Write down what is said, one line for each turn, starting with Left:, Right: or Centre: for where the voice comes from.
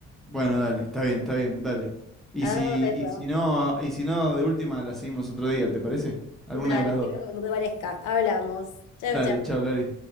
Centre: Bueno, dale, está bien, está bien, dale. Y
Left: Hagamos
Centre: si,
Left: eso.
Centre: y si no, y si no, de última la seguimos otro día, ¿te parece? Alguna
Left: Dale,
Centre: de las dos.
Left: que no no te parezca. Hablamos. Chau,
Centre: Dale,
Left: chau.
Centre: chao, Laris.